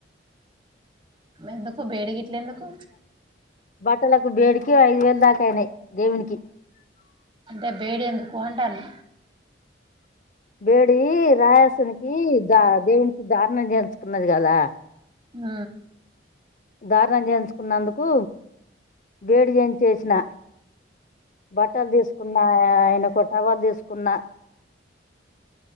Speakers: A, on the right; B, on the left.
A: ఎందుకు బేడి గిట్ల ఎందుకు
B: బట్టలకు బేడికి ఐదు వేలు దాకా అయినాయి దేవునికి
A: అంటే బేడి ఎందుకు అంటాన్న
B: బేడి రాజేసునికి దా దేవునికి దారుణం చేయించుకున్నది కదా
A: ఆ
B: దార్ణ జేయిచుకున్నందుకు బేడి చేంచేసిన బట్టలు దీస్కున్నా ఆయన ఒక టవల్ దీ స్కున్నా